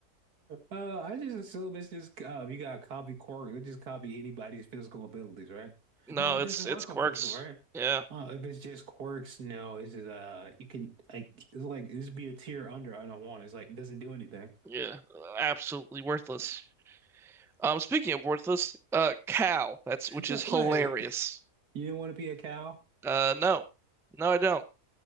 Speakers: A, on the right; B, in the centre.
A: Uh, I just assume it's just uh, you gotta copy Corey. You just copy anybody's physical abilities, right?
B: No,
A: No, it
B: it's
A: doesn't
B: it's
A: work
B: quirks.
A: on physical, right?
B: Yeah,
A: Uh, if it's just quirks, no, it's just uh, you can like it's like this be a tier under. I don't want. It's like it doesn't do anything.
B: yeah, absolutely worthless. Um, speaking of worthless, uh, cow. That's which
A: What,
B: is hilarious.
A: what? You don't want to be a cow?
B: Uh, no, no, I don't.